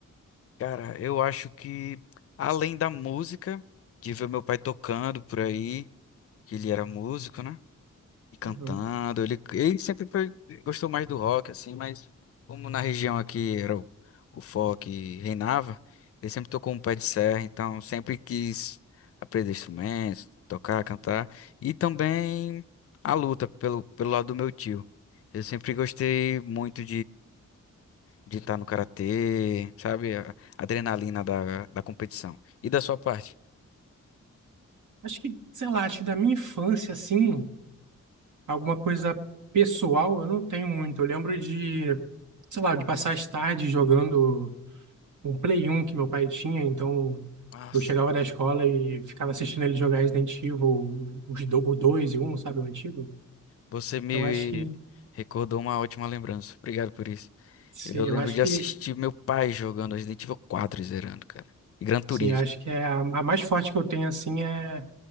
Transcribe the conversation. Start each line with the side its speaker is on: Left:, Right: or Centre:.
Left: Cara, eu acho que além da música, de ver meu pai tocando por aí, que ele era músico, né? E cantando,
Right: Uhum.
Left: ele, ele sempre foi- gostou mais do rock, assim, mas como na região aqui era o, o folk reinava, ele sempre tocou um pé de serra, então sempre quis aprender instrumentos, tocar, cantar, e também a luta pelo, pelo lado do meu tio. Eu sempre gostei muito de estar no karatê, sabe? A a adrenalina da, da competição. E da sua parte?
Right: Acho que, sei lá, acho que da minha infância, assim, alguma coisa pessoal eu não tenho muito. Eu lembro de, sei lá, de passar as tardes jogando. um Play 1 que meu pai tinha, então
Left: Nossa,
Right: eu chegava da escola e ficava assistindo ele jogar Resident Evil, os do, o 2 e um sabe, o antigo.
Left: você me
Right: Então acho que,
Left: recordou uma ótima lembrança. Obrigado por isso.
Right: sim,
Left: Eu lembro
Right: eu acho
Left: de
Right: que,
Left: assistir meu pai jogando Resident Evil 4 e zerando, cara. E Gran Turismo.
Right: sim, eu acho que é a, a mais forte que eu tenho, assim, é